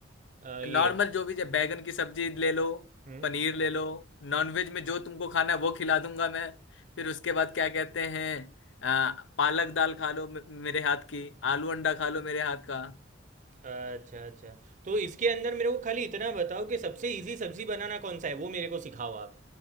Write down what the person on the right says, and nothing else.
आ, ये
हम्म
अच्छा अच्छा तो इसके अंदर मेरे को खाली इतना बताओ कि सबसे इजी सब्जी बनाना कौन सा है वो मेरे को सिखाओ आप